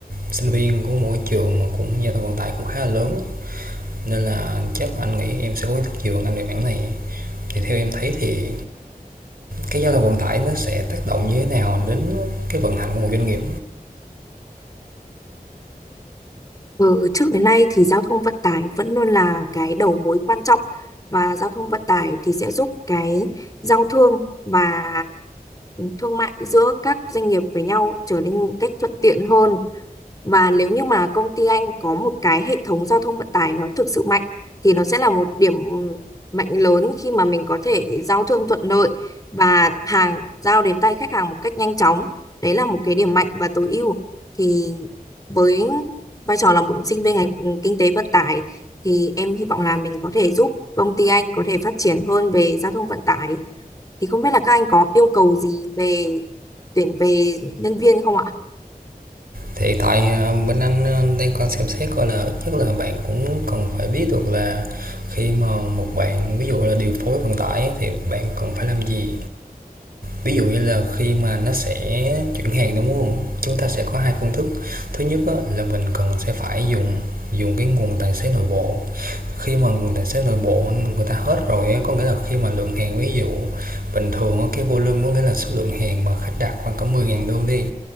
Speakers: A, on the right; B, on the left.
A: sinh viên của một trường mà cũng giao thông vận tải cũng khá là lớn nên là chắc là anh nghĩ em sẽ có ý thức nhiều anh về mảng này thì theo em thấy thì cái giao thông vận tải nó sẽ tác động như thế nào đến cái vận hành của một doanh nghiệp
B: Ừ, trước đến nay thì giao thông vận tải vẫn luôn là cái đầu mối quan trọng và giao thông vận tải thì sẽ giúp cái giao thương và thương mại giữa các doanh nghiệp với nhau trở nên một cách thuận tiện hơn Và nếu như mà công ty anh có một cái hệ thống giao thông vận tải nó thực sự mạnh thì nó sẽ là một điểm mạnh lớn khi mà mình có thể giao thương thuận lợi và hàng giao đến tay khách hàng một cách nhanh chóng. Đấy là một cái điểm mạnh và tối ưu. Thì với vai trò là một sinh viên ngành ừ, kinh tế vận tải thì em hy vọng là mình có thể giúp công ty anh có thể phát triển hơn về giao thông vận tải. Thì không biết là các anh có yêu cầu gì về tuyển về nhân viên không ạ?
A: thì tại ờ, bên anh ờ, đang còn xem xét coi là ít nhất là bạn cũng cần phải biết được là khi mà một bạn ví dụ là điều phối vận tải thì bạn cần phải làm gì ví dụ như là khi mà nó sẽ chuyển hàng đúng không chúng ta sẽ có hai phương thức thứ nhất là mình cần sẽ phải dùng dùng cái nguồn tài xế nội bộ khi mà nguồn tài xế nội bộ người ta hết rồi có nghĩa là khi mà lượng hàng ví dụ bình thường cái volume có nghĩa là số lượng hàng mà khách đặt khoảng cả mười 000 đơn đi